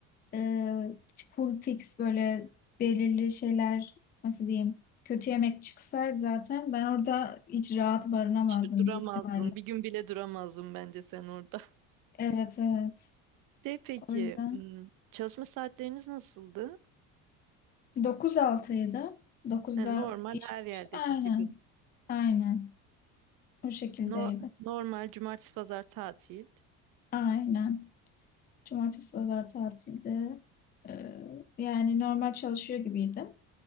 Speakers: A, on the left; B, on the right.
A: E, full fix böyle belirli şeyler nasıl diyeyim kötü yemek çıksaydı zaten ben orada hiç rahat barınamazdım
B: Hiç duramazdın.
A: büyük ihtimalle.
B: Bir gün bile duramazdın bence sen orada.
A: Evet evet.
B: <laughs> De peki
A: O yüzden
B: hmm, çalışma saatleriniz nasıldı?
A: dokuz altıydı. 9'da
B: Ha, normal
A: iş
B: her
A: başladı.
B: yerdeki
A: Aynen.
B: gibi.
A: Aynen. O şekildeydi.
B: No- normal cumartesi pazar tatil.
A: Aynen. Cumartesi, pazar tatildi. Ee, yani normal çalışıyor gibiydim.